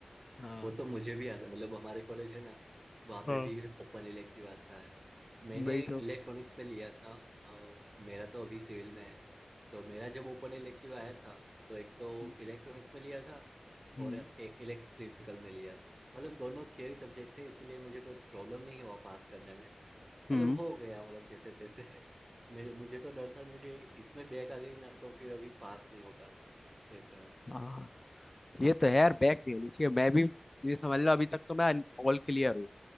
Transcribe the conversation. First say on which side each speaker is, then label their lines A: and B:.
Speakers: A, on the left; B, on the right.
A: हाँ
B: वो तो मुझे भी आता मतलब हमारे कॉलेज है ना वहाँ
A: हाँ
B: पे भी ओपन इलेक्टिव आता है मैंने
A: वही
B: इलेक्ट्रॉनिक्स
A: तो
B: में लिया था अ, मेरा तो अभी सिविल में है तो मेरा जब ओपन इलेक्टिव आया था तो एक तो
A: हम्म
B: इलेक्ट्रॉनिक्स में लिया था
A: हम्म
B: और एक इलेक्ट्रिकल में लिया था मतलब दोनों थियरी सब्जेक्ट थे इसीलिए मुझे कोई प्रॉब्लम नहीं हुआ पास करने में
A: हम्म,
B: मतलब हो गया मतलब जैसे तैसे <laughs> मैं मुझे तो डर था मुझे इसमें बैक आ गई ना तो फिर अभी पास नहीं होगा ऐसा
A: हाँ ये तो है यार बैक नहीं होनी चाहिए मैं भी ये समझ लो अभी तक तो मैं ऑल क्लियर हूँ